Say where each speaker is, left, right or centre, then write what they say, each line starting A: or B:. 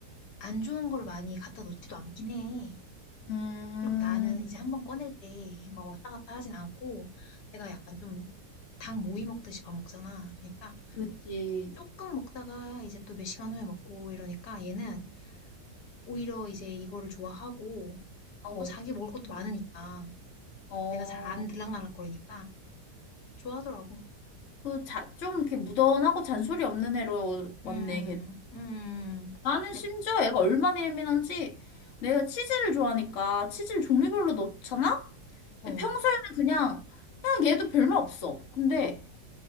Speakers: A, on the left (about 70°); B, on the left (about 50°).
A: 안 좋은 걸 많이 갖다 놓지도 않긴 해.
B: 음,
A: 그리고 나는 이제 한번 꺼낼 때 막 왔다 갔다 하진 않고 내가 약간 좀 닭 모이 먹듯이 밥 먹잖아. 그러니까
B: 그치.
A: 조금 먹다가 이제 또 몇 시간 후에 먹고 이러니까 얘는 오히려 이제 이거를 좋아하고
B: 어,
A: 또 자기 먹을 것도 많으니까
B: 어,
A: 내가 잘 안 들락날락 거리니까 좋아하더라고.
B: 그 자, 좀 이렇게 무던하고 잔소리 없는 애로 왔네,
A: 음,
B: 걔.
A: 음,
B: 나는
A: 내,
B: 심지어 애가 얼마나 예민한지 내가 치즈를 좋아하니까 치즈를 종류별로 넣잖아?
A: 어,
B: 근데 평소에는 그냥, 그냥 얘도 별말 없어. 근데